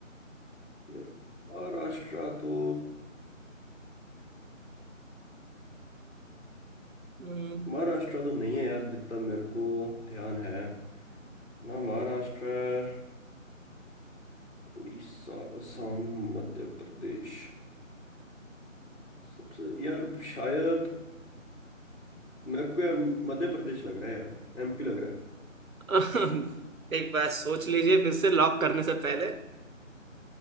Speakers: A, on the left; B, on the right.
A: यार, महाराष्ट्र तो
B: हम्म,
A: महाराष्ट्र तो नहीं है यार जितना मेरे को ध्यान है ना महाराष्ट्र है, उड़ीसा असम मध्य प्रदेश सबसे यार शायद मेरे को यार मध्य प्रदेश लग रहा है यार एमपी लग रहा
B: <laughs> एक बार सोच लीजिए फिर से लॉक करने से पहले